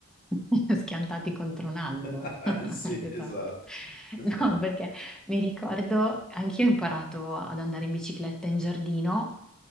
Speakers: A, in the centre; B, on the left.
A: <laughs> Schiantati contro un albero.
B: <laughs>
A: <laughs>
B: Sì,
A: Esatto.
B: esatto, esatto.
A: No, perché mi ricordo, anch'io ho imparato ad andare in bicicletta in giardino,